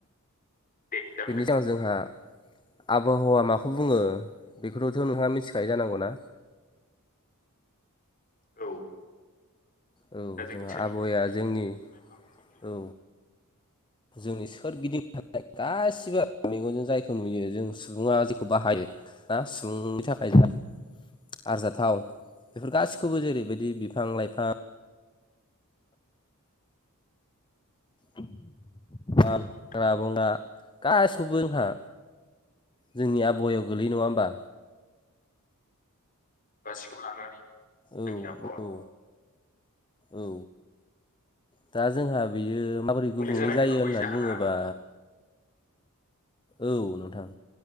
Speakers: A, on the left (about 40°); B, on the left (about 20°).
A: दे जागोन
B: बेनि
A: दे नोंथां
B: जाव जोंहा आबहावा माखौ बुङो बेखौथ नोंथाङा मिथिखायो जानांगौ ना
A: औ
B: औ
A: दा जोंनि
B: जोंहा
A: सोरगिदिं
B: आबहावाया
A: थानाय
B: जोंनि
A: लाइफां जिब जुनार
B: औ जोंनि सोरगिदिं गासिबो मेगनजों जायखौ नुयो जों सुबुङा जेखौ बाहायो सुबुं नि थाखाय जाय आरजाथाव बेफोर गासिखौबो जेरैबायदि बिफां लाइफां <unintelligible> हाग्रा
A: नोंथां
B: बंग्रा गासिखौबो जोंहा जोंनि आबहावायाव गोलैयो नङा होमबा
A: गासिखौबो लानानै जोंनि
B: औ
A: आबहावा
B: औ औ दा जोंहा बियो माबोरै गुबुंले
A: जानायनि
B: जायो
A: गुबै
B: होनना
A: जाहोना
B: बुङोबा औ नोंथां